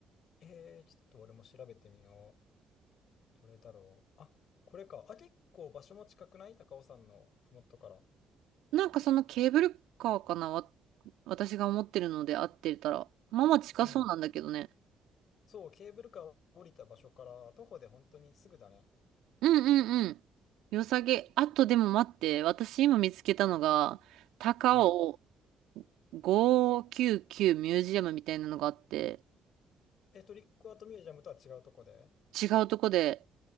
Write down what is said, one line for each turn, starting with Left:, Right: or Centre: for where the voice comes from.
Left: えー、ちょっと俺も調べてみよう。どれだろう。あ、これか。あ、結構場所も近くない高尾山のふもとから。
Right: なんかそのケーブルカーかなわ、私が思ってるので合ってたら。まあまあ近そうなんだけどね。
Left: うんそう、ケーブルカーを降りた場所から徒歩で本当にすぐだね。
Right: うんうんうん。良さげ。あとでも待って、私今見つけたのが、高尾
Left: うん。
Right: 599ミュージアムみたいなのがあって、
Left: え、トリックアートミュージアムとは違うとこで。
Right: 違うとこで、